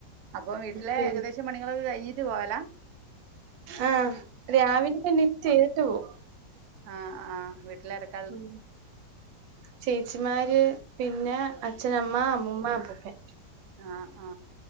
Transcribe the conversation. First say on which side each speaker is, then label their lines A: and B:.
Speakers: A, on the right; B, on the right.
A: അപ്പൊ വീട്ടിലെ
B: പിന്നെ
A: ഏകദേശം പണികളൊക്കെ കഴിഞ്ഞിട്ട് പോവലാ
B: ആ രാവിലതന്നെറ്റ് ചെയ്തിട്ട് പോവു
A: ആ ആ വീട്ടിലാരൊക്ക്
B: മ് ചേച്ചിമാര് പിന്നെ അച്ഛന മ്മ അമ്മൂമ്മ അപ്പൂപ്പന്
A: ആ ആ